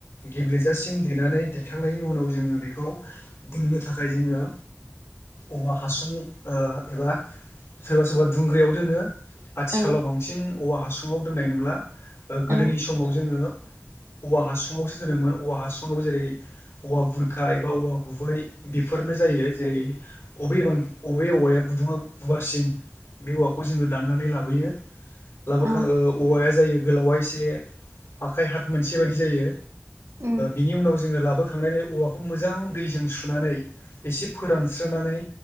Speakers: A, on the left; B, on the right.
A: गेब्लेेजासिम देनानै दिखांनायनि उनाव जोङो बेखौ दोननो थाखाय जोङो औवा हासुं ओ एबा सोरबा सोरबा दुंग्रायाव दोनो आथिखालाव
B: औ
A: बांसिन औवा हासुङाव दोननाय नुला गोदोनि
B: औ
A: समाव जोङो औवा हासुुङावसो दोनोमोन औवा हासुङावबो जेरै औवा बुरखा एबा औवा गुबै बेफोरनो जायो जेरै अबे बां बबेबे औवाया गुदुङा गुवारसिन बे औवाखौ जोङो दाननानै लाबोयो लाबोखां
B: औ
A: औवाया जायो गोलावा एसे आखाइ हाथ मोनसे बायदि जायो
B: उम
A: बिनि उनाव ज जोङो लाबोखांनानै औवाखौ मोजां दैजों सुनानै एसे फोरानस्रांनानै